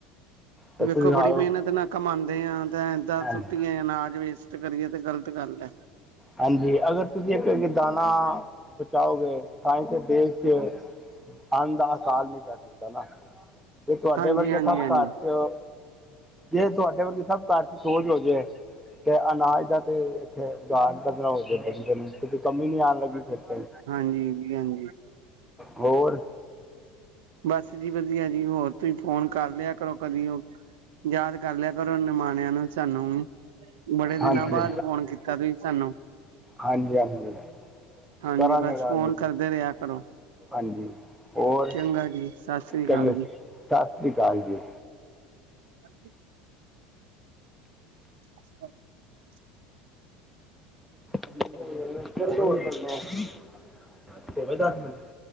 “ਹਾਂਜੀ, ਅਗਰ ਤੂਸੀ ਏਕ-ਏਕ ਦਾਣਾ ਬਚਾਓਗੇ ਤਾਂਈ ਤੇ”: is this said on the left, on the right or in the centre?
Centre